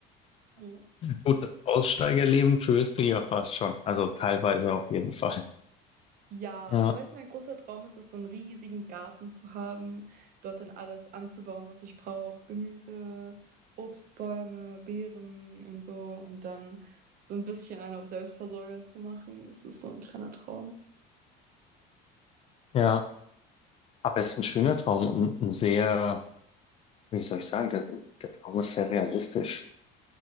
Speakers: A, on the right; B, on the left.
A: Ja.
B: Gut, das Aussteigerleben führst du ja fast schon. Also teilweise auf jeden Fall.
A: Ja,
B: Ja,
A: aber weißt du, mein großer Traum ist es, so einen riesigen Garten zu haben, dort dann alles anzubauen, was ich brauche. Gemüse, Obstbäume, Beeren und so. Und dann so ein bisschen einen auf Selbstversorger zu machen. Das ist so ein kleiner Traum.
B: ja. Aber es ist ein schöner Traum und ein sehr, wie soll ich sagen, der, der Traum ist sehr realistisch.